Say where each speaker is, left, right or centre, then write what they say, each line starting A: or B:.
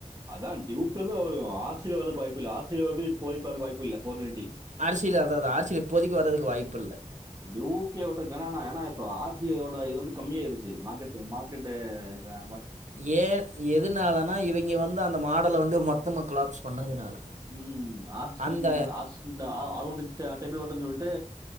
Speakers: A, on the right; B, on the right.
A: அதா டியூக் <unintelligible> வரு ஆர் சி வரத்துக்கு வாய்ப்பில்ல ஆர்ச் <unintelligible> இப்போதைக்கு வர வாய்ப்பு இல்ல ஃபோரெடி
B: அரசியல்ல அதாவது ஆட்சில இப்போதிக்கு வறதுக்கு வாய்ப்பு இல்ல
A: டூயுக்ல ஓட்றக்கு <unintelligible> ஏன்னா இப்போ ஆஸ் இது யோட இது வந்து கம்மியாயிருச்சு மார்கெட் போனோ மார்கெட்டு இதா
B: ஏ எதுனாலனா இவைங்க வந்து அந்த மாட் ல வந்து மொத்தம கிளாப்ஸ் பண்ணதுனால
A: ம் <unintelligible> சிஸ்ட
B: அந்த
A: ஆட்டபில் <unintelligible> விட்டு